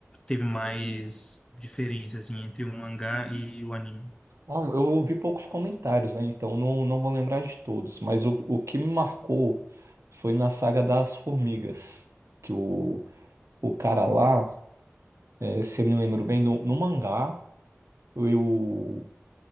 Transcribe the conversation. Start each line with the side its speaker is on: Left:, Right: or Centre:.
Left: teve mais diferença, assim, entre o mangá e o anime?
Right: Ó, Eu ouvi poucos comentários, né? Então não, não vou lembrar de todos. Mas o, o que me marcou foi na saga das formigas. Que o, o cara lá, é, se eu me lembro bem, no, no mangá, o,